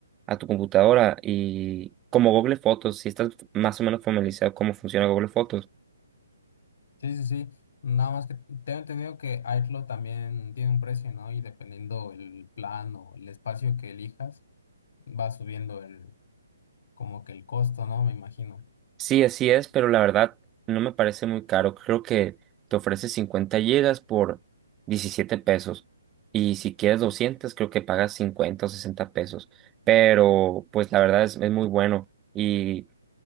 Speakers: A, on the right; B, on the left.
A: a tu computadora y como Google Fotos, si estás más o menos familiarizado cómo funciona Google Fotos
B: Sí, sí, sí. Nada más que tengo entendido que iCloud también tiene un precio, ¿no? Y dependiendo el plan o el espacio que elijas, va subiendo el, como que el costo, ¿no? Me imagino.
A: Sí, así es, pero la verdad no me parece muy caro. Creo que te ofrece 50 gigas por 17 pesos. Y si quieres 200 creo que pagas 50 o 60 pesos. Pero pues la verdad es, es muy bueno. Y,